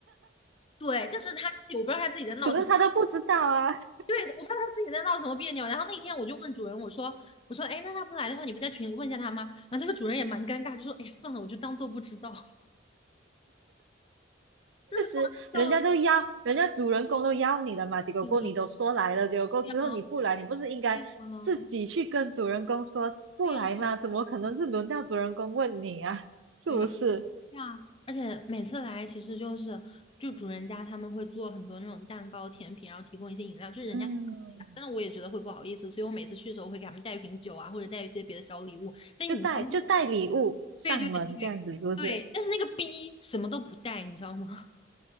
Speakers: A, on the left; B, on the right.
A: 对，但是他自己我不知道他自己在闹什么。
B: 可是他都不知道啊，
A: 对，我不知道他自己在闹什么别扭。然后那天我就问主人，我说，我说，哎，那他不来的话，你不在群里问一下他吗？然后那个主人也蛮尴尬，就说，哎呀，算了，我就当做不知道。真的搞笑的
B: <laughs> 人家都邀，人家主人公都邀你了嘛，结果过后你都说来了，
A: 主题，
B: 结果过后之后你不来，
A: 对呀，
B: 你不是应该自己去跟主人公说不来吗？
A: 对呀，对呀，
B: 怎么可能是轮到主人公问你啊？<laughs> 是不是？
A: 对呀，对呀，而且每次来其实就是就主人家他们会做很多那种蛋糕、甜品，然后提供一些饮料，就是人家很客气啊。
B: 嗯，
A: 但是我也觉得会不好意思，所以我每次去的时候会给他们带一瓶酒啊，或者带一些别的小礼物。但你知道那个
B: 就带就带礼物上门这样子，
A: 对对对
B: 是不是？
A: 对，但是那个 B 什么都不带，你知道吗？